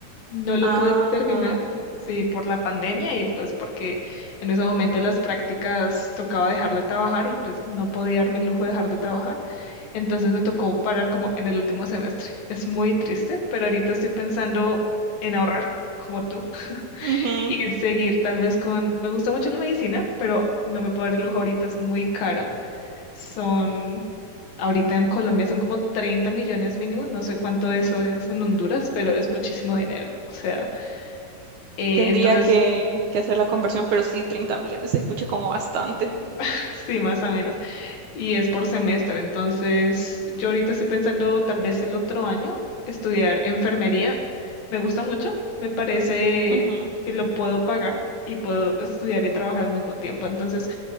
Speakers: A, on the left; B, on the right.
A: No lo
B: Ah,
A: pude terminar, sí, por la pandemia y pues porque en ese momento las prácticas tocaba dejar de trabajar y pues no podía darme el lujo de dejar de trabajar. Entonces me tocó parar como en el último semestre. <laughs> Es muy triste, pero ahorita estoy pensando en ahorrar, como tú,
B: ujú.
A: y seguir tal vez con... Me gusta mucho la medicina, pero no me puedo dar el lujo ahorita, es muy caro. Son... Ahorita en Colombia son como 30 millones mínimo, no sé cuánto eso es en Honduras, pero es muchísimo dinero. O sea... Eh,
B: Tendría
A: entonces,
B: que, que hacer la conversión, pero sí, 30 millones se escucha como bastante.
A: <laughs> sí, más o menos. Y es por semestre. Entonces, yo ahorita estoy pensando tal vez el otro año estudiar enfermería. Me gusta mucho. Me parece
B: Ujú.
A: que lo puedo pagar y puedo estudiar y trabajar al mismo tiempo. Entonces,